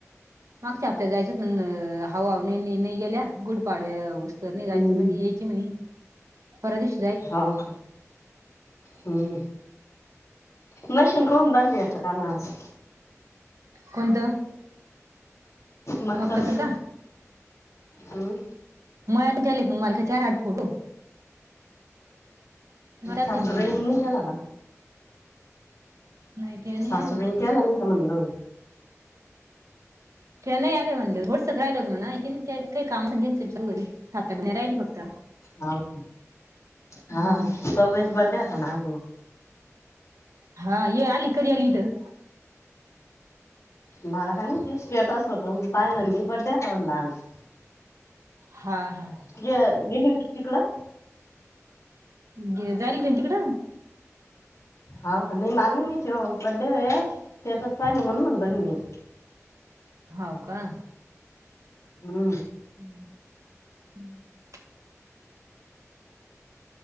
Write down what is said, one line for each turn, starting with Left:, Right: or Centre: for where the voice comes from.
Right: मागच्या हपत्यात, जायचं पण अ हाव हाव नाही नाही नाही गेल्या. गुडपाडव्या जर निघायचं
Left: हम्म
Right: म्हणी, यायची म्हणी परदिश
Left: हाव का हम्म. मशीन कावून बंद आहे का म आज.
Right: कोणतं.
Left: मक्काच
Right: बाप्पाचा का?
Left: हम्म
Right: मळ्यात ग्याली, मला काय चार आठ फोडू. मग चालते
Left: सासूबाईंनी
Right: मी आज
Left: केला का?
Right: नाही ते नाही
Left: सासूबाईंनी
Right: आले
Left: केला नाही का म्हणलं?
Right: त्या नाही आल्या म्हणलं, थोडसं राहिलं होतं म्हना <unintelligible> सात-आठ महीने राहीली फक्त.
Left: हाव,
Right: हम्म
Left: हा सव्याचा बर्डे होता ना आज मग.
Right: हा ये आलिकडं ये इथं.
Left: मला काय माहिती स्टेटस होत मग पाहिलं मी बड्डे होता म्हणलं आज.
Right: हा हा
Left: गे-गेली होती तिकडं.
Right: गे जाईली त्यांच्याकड.
Left: हाव का, नाही मला नाही माहिती ओ बड्डे हे स्टेटस पाहिल म्हणून म्हणल मी.
Right: हाव का
Left: हम्म.
Right: <inaudible>